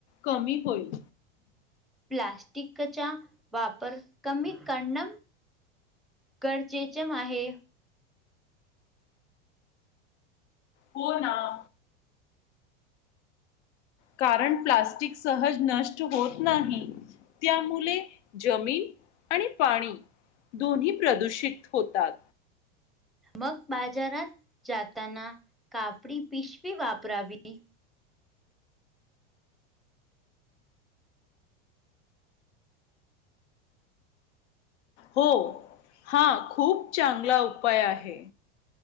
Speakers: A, on the left; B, in the centre.
A: कमी होईल.
B: प्लास्टिकचा वापर कमी करण गरचेचे माहे.
A: हों नां. कारण प्लांस्टिक सहजं नांष्ट होत नाही. त्यामुलें जमीनं आणि पाणी दोन्ही प्रदूषित होतात.
B: मग बाजारात जाताना कापडी पिशवी वापरावी.
A: हो हा खूप चांगला उपाय आहे.